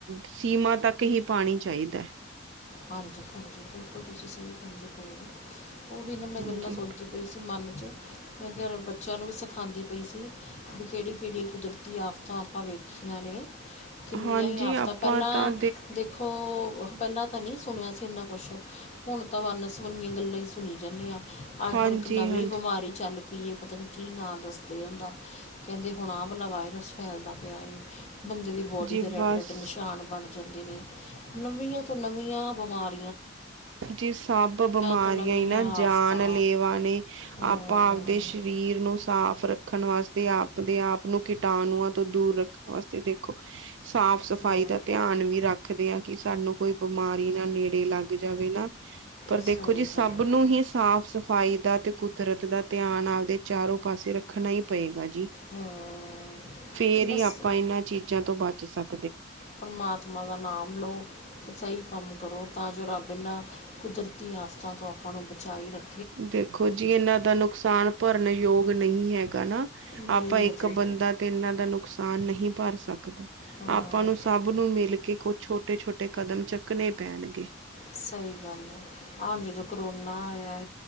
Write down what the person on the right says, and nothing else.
ਸੀਮਾ ਤੱਕ ਹੀ ਪਾਣੀ ਚਾਹੀਦਾ ਏ।
ਹਾਂਜੀ
ਹਾਂਜੀ
ਆਪਾਂ
ਤਾਂ
ਹਾਂਜੀ
ਹਾਂਜੀ
ਜੀ
ਬਸ
ਜੀ ਸਭ ਬਿਮਾਰੀਆਂ
ਇਹ ਨਾ ਜਾਨਲੇਵਾ
ਨੇ,
ਆਪਾਂ ਆਪਦੇ ਸਰੀਰ ਨੂੰ ਸਾਫ਼ ਰੱਖ ਰੱਖਣ ਵਾਸਤੇ ਆਪਦੇ ਆਪ ਨੂੰ ਕੀਟਾਣੂਆਂ ਤੋਂ ਦੂਰ ਰੱਖਣ ਵਾਸਤੇ, ਦੇਖੋ ਸਾਫ਼ ਸਫ਼ਾਈ
ਦਾ ਧਿਆਨ ਵੀ ਰੱਖਦੇ ਆ ਕਿ ਸਾਨੂੰ ਕੋਈ ਬਿਮਾਰੀ ਨਾ ਨੇੜੇ ਲੱਗ ਲੱਗ ਜਾਵੇ ਨਾ। ਪਰ
ਦੇਖੋ ਜੀ ਸਭ
ਨੂੰ ਹੀ ਸਾਫ਼ ਫਾਈਦਾ ਤੇ ਕੁਦਰਤ ਦਾ ਧਿਆਨ, ਆਪਦੇ ਚਾਰੋ ਪਾਸੇ ਰੱਖਣਾ ਹੀ ਪਏਗਾ ਜੀ।
ਫੇਰ
ਹੀ ਆਪਾਂ ਇਹਨਾਂ ਚੀਜ਼ਾਂ ਤੋਂ ਬੱਚ <unintelligible>
ਦੇਖੋ ਜੀ ਇਹਨਾਂ ਦਾ ਨੁਕਸ ਨੁਕਸਾਨ ਭਰਨੇ ਯੋਗ ਨਹੀਂ ਹੈ। ਨਾ
ਆਪਾਂ ਇੱਕ
ਬੰਦਾ ਤੇ ਇਹਨਾਂ ਦਾ ਨੁਕਸਾਨ ਨੁਕਸਾਨ ਨਹੀਂ ਭਰ ਸਕਦਾ
ਆਪਾਂ ਨੂੰ ਸਭ ਨੂੰ ਮਿਲ ਕੇ ਕੁਛ ਛੋਟੇ ਛੋਟੇ ਕਦਮ ਚੱਕਣੇ ਪੈਣਗੇ।